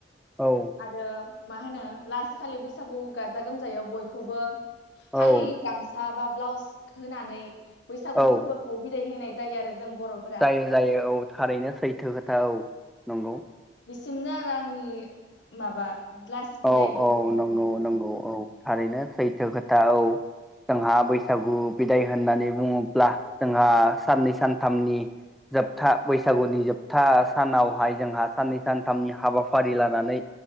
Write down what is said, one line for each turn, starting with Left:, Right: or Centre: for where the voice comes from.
Centre: औ
Left: आरो मा होनो लास्ट खालि बैसागु गाजा गोमजायाव बयखौबो फालि
Centre: औ
Left: गामसा बा ब्लाउस होनानै बैसागु
Centre: औ
Left: फोरबोखौ बिदाय होनाय जायो आरो। जों बर'फोरा
Centre: जायो जायो औ थारैनो सैथो खोथा औ नंगौ।
Left: सिमनो आरो आंनि माबा लास्ट
Centre: औ
Left: बिदाय बैसागुखौ
Centre: औ नंगौ
Left: होनाया
Centre: नंगौ औ थारैनो सैथो खोथा औ। जोंहा बैसागु बिदाय होननानै बुङोब्ला जोंहा साननै सानथामनि जोबथा बैसागुनि जोबथा सानावहाय जोंहा साननै सानथामनि हाबाफारि लानानै